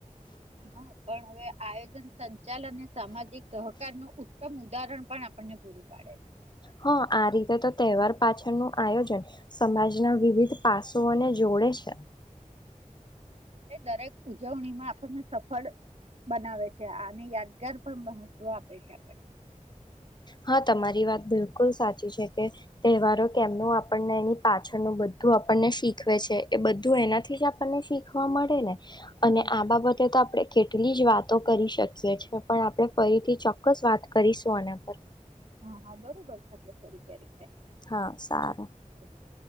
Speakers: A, on the right; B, on the left.
A: હ પણ હવે આયોજન સંચાલ અને સામાજિક સહકાર ન ઉ તમ ઉદાહરણ પણ આપણને પૂરું પાડે છે
B: હ આ રીતે તો તહેવાર પાછળનું આયોજન સમાજના વિવિધ પાસુઓને જોડે છે.
A: એ દરેક ઉજવણીમાં આપણને સફળ બનાવે છે આને યાદગાર પણ મહત્વ આપે છે.
B: હા તમારી વાત બિલકુલ સાચી છે કે તહેવારો કેમનું આપણને એની પાછળનું બધું આપણને શીખવે છે એ બધું એનાથી જ આપણને શીખવા મળે ને
A: આપણ
B: અને આ બાબતે તો આપડે કેટલી જ વાત તો કરી શકીએ છે પણ આપણે ફરીથી ચોક્કસ વાત કરીશું એના પર
A: હા હા બરોબર છે આપડે ફરી ક્યારે
B: હા સારું.
A: <inaudible>